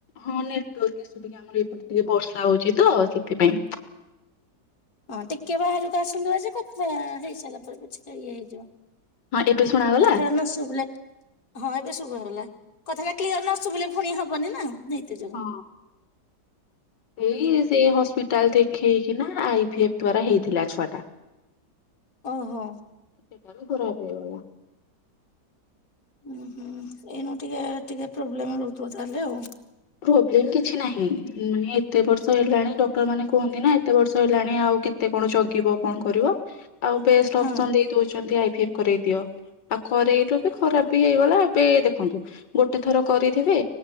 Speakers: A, on the left; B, on the left.
A: ହଁ ନେଟୱାର୍କ ଈସୁ ଆମର ଏପଟେ ଟିକେ ବର୍ଷା ହଉଛି ତ ସେଥିପାଇଁ।
B: ହଁ ଟିକେ ବାହାରକୁ ଆସନ୍ତୁ ଆଜି କଥା ହେଇ ସାରିଲା ପରେ ପଛିକା ଇଏ ହେଇଯିବ।
A: ହଁ ଏବେ ଶୁଣାଗଲା?
B: କଥାଟା ନ ଶୁଭିଲେ ହଁ ଏବେ ଶୁବା ଗଲା କଥାଟା କ୍ଲିୟର ନ ନ ଶୁଭିଲେ ପୁଣି ହବନି ନା। ଯୋଗୁ
A: ହଁ ଏଇ
B: ହୁଁ ହୁଁ।
A: ସେ ହସ୍ପିଟାଲ ରେ ଖେଇକିନା ଆଇ ଫି ଏଫ୍ ଦ୍ଵାର ହେଇଥିଲା ଛୁଆ ଟା।
B: ଓହୋ।
A: ସେଟା ବି ଖରାପ ହେଇଗଲା।
B: ଉୁଁ ହୁଁ ଏଇନୁ ଟିକେ ଟିକେ ପ୍ରୋବ୍ଲେମ ରହୁଥିବ ତାହେଲେ ଆଉ।
A: ପ୍ରୋବ୍ଲେମ କିଛି ନାହିଁ ମାନେ ଏତେ ବର୍ଷ ହେଲାଣି ଡକ୍ଟର ମାନେ କୁହନ୍ତି ନା ଏତେ ବର୍ଷ ହେଲାଣି ଆଉ କେ ଏତେ କଣ ଜଗିବ କଣ କରିବ ଆଉ ବେଷ୍ଟ
B: ହଁ
A: ଅପସନ ଦେଇ ଦଉଛନ୍ତି ଆଇ ଭି ଏଫ କରେଇ ଦିଅ। ଆଉ କରେଇଲୁ ବି ଖରାପ ବି ହେଇଗଲା ଏବେ ଦେଖନ୍ତୁ ଗୋଟେ ଥର କରିଥିବେ।